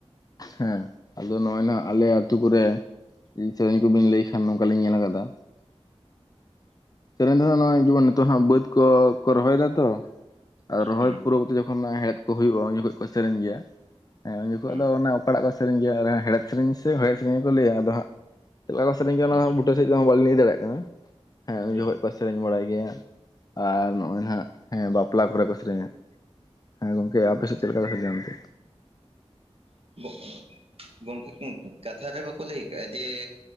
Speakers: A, on the left; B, on the right.
A: ᱦᱮᱸ ᱟᱫᱚ ᱱᱚᱜ ᱚᱭ ᱱᱟᱦᱟᱜ ᱟᱞᱮ ᱟᱛᱩ ᱠᱚᱨᱮ ᱥᱮᱨᱮᱧ ᱠᱚᱵᱤᱱ ᱞᱟᱹᱭ ᱠᱷᱟᱱ ᱱᱚᱝᱠᱟᱞᱤᱧ ᱧᱮᱞ ᱟᱠᱟᱫᱟ ᱥᱮᱨᱮᱧ ᱨᱮ ᱱᱟᱦᱟᱜ ᱡᱤᱵᱚᱱ ᱱᱤᱛᱚᱜ ᱵᱟᱹᱫᱽ ᱠᱚᱠᱚ ᱨᱚᱦᱚᱭᱮᱫᱟ ᱛᱚ ᱟᱨ ᱨᱚᱦᱚᱭ
B: ᱦᱩᱸ
A: ᱯᱩᱨᱚᱵ ᱡᱚᱠᱷᱚᱱ ᱦᱮᱦᱮᱫ ᱠᱚ ᱦᱩᱭᱩᱜᱼᱟ ᱩᱱ ᱡᱚᱠᱷᱚᱱ ᱠᱚ ᱥᱮᱨᱮᱧ ᱜᱮᱭᱟ ᱦᱮᱸ ᱩᱱ ᱡᱚᱠᱷᱚᱱ
B: ᱦᱩᱸ
A: ᱟᱫᱚ ᱚᱠᱟᱴᱟᱜ ᱠᱚ ᱥᱮᱨᱮᱧ ᱜᱮᱭᱟ ᱦᱮᱦᱮᱫ ᱥᱮᱨᱮᱧ ᱥᱮ ᱦᱚᱲᱮᱮᱫ ᱥᱮᱨᱮᱧ ᱜᱮᱠᱚ ᱞᱟᱹᱭᱟ ᱟᱫᱚ ᱦᱟᱸᱜ ᱪᱮᱫ ᱠᱚᱠᱚ ᱥᱮᱨᱮᱧ ᱜᱮᱭᱟ ᱚᱱᱟ
B: ᱦᱩᱸ
A: ᱵᱩᱴᱟᱹ ᱥᱟᱹᱦᱤᱡ ᱛᱮᱦᱚ ᱵᱟᱹᱞᱤᱧ ᱞᱟᱹᱭ ᱫᱟᱲᱮᱭᱟᱜ ᱠᱟᱱᱟ ᱦᱮᱸ ᱩᱱ
B: ᱦᱩᱸ
A: ᱡᱚᱠᱷᱚᱱ ᱠᱚ ᱥᱮᱨᱮᱧ ᱵᱟᱲᱟᱭ ᱜᱮᱭᱟ ᱟᱨ ᱱᱚᱜᱼᱚᱭ ᱱᱟᱱᱟᱜ ᱦᱮᱸ ᱵᱟᱯᱞᱟ ᱠᱚᱨᱮ ᱠᱚ ᱥᱮᱨᱮᱧᱟ ᱦᱮᱸ ᱜᱚᱝᱠᱮ ᱟᱯᱮᱥᱮᱫ
B: ᱟᱪᱪᱷᱟ
A: ᱪᱮᱫ ᱞᱮᱠᱟ ᱠᱚ <unintelligible> ᱠᱟᱛᱷᱟ ᱡᱟᱱᱛᱮ
B: ᱵᱜ ᱚᱸ <unintelligible> ᱜᱚᱝᱠᱮ ᱠᱟᱛᱷᱟ ᱨᱮ ᱵᱟᱠᱚ ᱞᱟᱹᱭ ᱠᱟᱜᱼᱟ ᱡᱮ